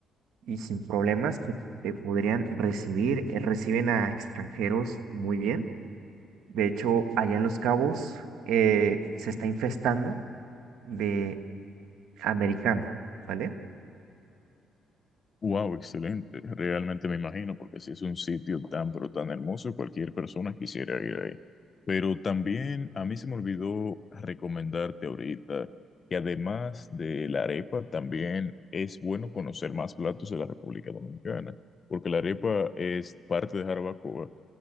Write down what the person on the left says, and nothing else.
Wow, excelente, realmente me imagino, porque si es un sitio tan, pero tan hermoso, cualquier persona quisiera ir ahí. Pero también a mí se me olvidó recomendarte ahorita que además de la arepa, también es bueno conocer más platos de la República Dominicana, porque la arepa es parte de Jarabacoa.